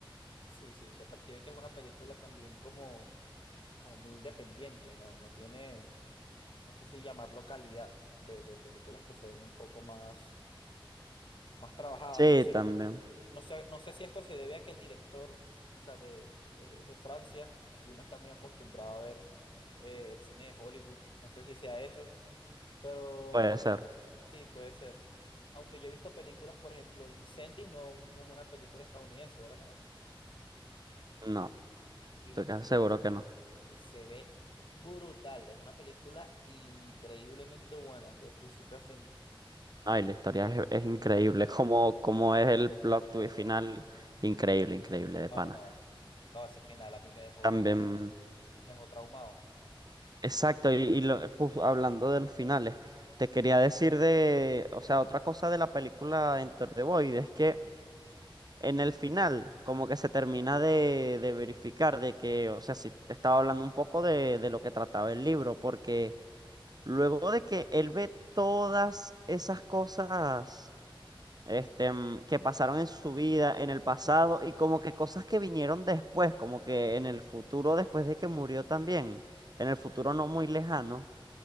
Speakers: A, on the left; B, on the right.
A: Sí, sí, se percibe que es una película también como, como muy independiente, ¿no? No tiene, no sé si llamarlo calidad de, de películas que se ven un poco más, más trabajadas.
B: Sí,
A: No sé,
B: también
A: no sé, no sé si esto se debe a que el director, o sea, de, es de Francia, y uno está muy acostumbrado a ver eh, el cine de Hollywood. No sé si sea eso Pero
B: puede
A: lo...
B: ser.
A: sí, puede ser. Aunque yo he visto películas, por ejemplo, de Incendies, no, no es una película estadounidense, ¿verdad que no?
B: No,
A: Y
B: estoy
A: la
B: casi
A: peli...
B: seguro que no.
A: y se ve brutal. Es una película increíblemente buena, de principio a fin.
B: Ay, la historia es, es increíble. <laughs> Como, como es el plot twist final. Increíble, increíble, de
A: No,
B: pana.
A: no, no. No, ese final a mí me dejó,
B: También,
A: me dejó traumado.
B: exacto, y, y lo- jus- hablando de los finales, te quería decir de, o sea, otra cosa de la película Enter the Void es que en el final, como que se termina de, de verificar de que, o sea, si te estaba hablando un poco de, de lo que trataba el libro, porque luego de que él ve todas esas cosas. este, mm, que pasaron en su vida, en el pasado, y como que cosas que vinieron después, como que en el futuro, después de que murió también, en el futuro
A: Ujú.
B: no muy lejano,